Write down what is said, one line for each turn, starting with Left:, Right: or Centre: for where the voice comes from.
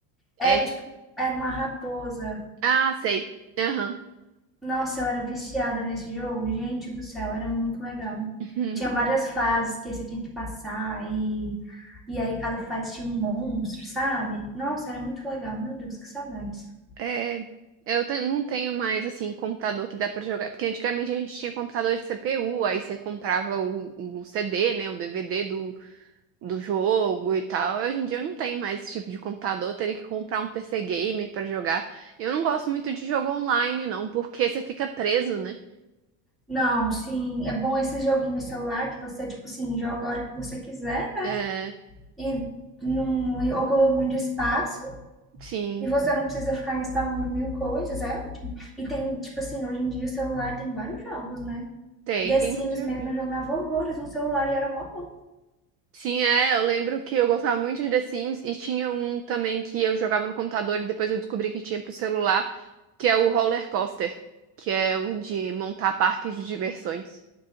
Right: É,
Centre: Era
Right: que-
Centre: tipo, era uma raposa.
Right: ah, sei. Aham.
Centre: Nossa, eu era viciada nesse jogo. Gente do céu, era muito legal.
Right: <laughs>
Centre: Tinha várias fases que você tinha que passar e, e aí cada fase tinha um monstro, sabe? Nossa, era muito legal. Meu Deus, que saudades.
Right: É, eu te- não tenho mais, assim, computador que dá pra jogar. Porque antigamente a gente tinha computador de CPU, aí você comprava o, o CD, né? O DVD do, do jogo e tal. Hoje em dia eu não tenho mais esse tipo de computador, eu teria que comprar um PC gamer pra jogar. Eu não gosto muito de jogo online, não, porque você fica preso, né?
Centre: Não, sim, é bom esse joguinho no celular que você, tipo assim, joga a hora que você quiser né?
Right: É,
Centre: e não ocupa muito espaço.
Right: sim,
Centre: E você não precisa ficar instalando mil coisas, é ótimo. E tem, tipo assim, hoje em dia o celular tem vários jogos, né?
Right: tem,
Centre: The
Right: tem
Centre: Sims
Right: muito joguinho,
Centre: mesmo eu
Right: né?
Centre: jogava horrores no celular e era mó bom.
Right: Sim, é, eu lembro que eu gostava muito de The Sims e tinha um também que eu jogava no computador e depois eu descobri que tinha pro celular. que é o roller coaster, que é o de montar parques de diversões.